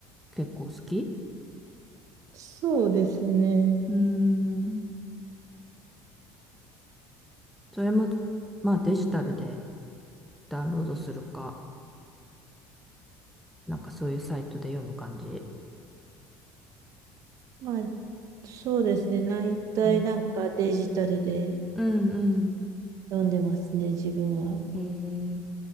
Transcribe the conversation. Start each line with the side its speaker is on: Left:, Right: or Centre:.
Centre: 結構好き
Right: そうですね。
Centre: うーん。それも、まあデジタルでダウンロードするか、なんかそういうサイトで読む感じ。
Right: まあ、そうですね。大体なんかデジタルで
Centre: うん。うん
Right: 読んでますね、自分は。
Centre: うん。えー、